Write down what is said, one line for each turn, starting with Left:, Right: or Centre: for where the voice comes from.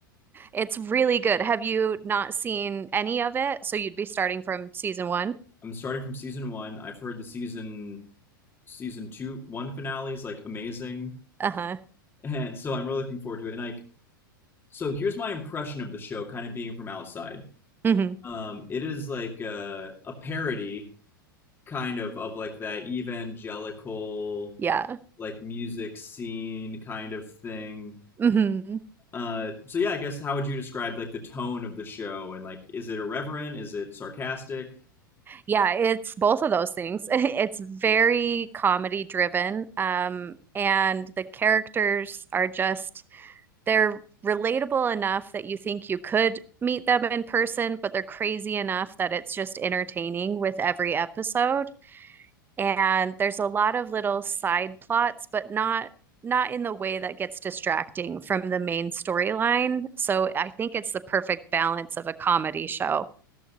Right: It's really good. Have you not seen any of it? So you'd be starting from season one?
Left: I'm starting from season one. I've heard the season season two one finale is like amazing,
Right: Uh-huh.
Left: <laughs> and so I'm really looking forward to it. And like, so here's my impression of the show, kind of being from outside.
Right: hmm
Left: Um, it is like a, a parody, kind of, of like that evangelical
Right: Yeah.
Left: like music scene kind of thing.
Right: hmm
Left: Uh, so yeah, I guess how would you describe like the tone of the show and like is it irreverent? Is it sarcastic?
Right: Yeah, it's both of those things. <laughs> It's very comedy driven, um, and the characters are just they're relatable enough that you think you could meet them in person, but they're crazy enough that it's just entertaining with every episode. And there's a lot of little side plots, but not not in the way that gets distracting from the main storyline. So I think it's the perfect balance of a comedy show.